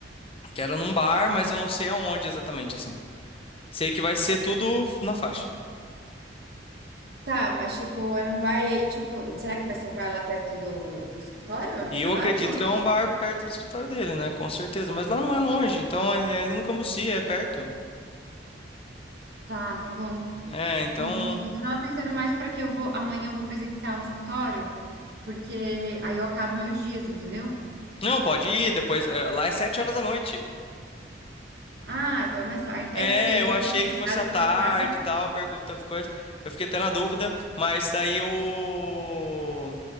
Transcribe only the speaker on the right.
Tá, mas tipo, é num bar aí, tipo, será que vai ser um bar lá perto do, do escritório onde
eu trabalho?
ou não?
Tá, tá bom.
Não, beleza. Eu tava pensando mais para que eu vou, amanhã eu vou presencial no escritório, porque aí eu acabo meus dias, entendeu?
Ah, então é mais tarde.
É, porque daí eu
devo
chegar
em
casa,
tipo, quatro. e-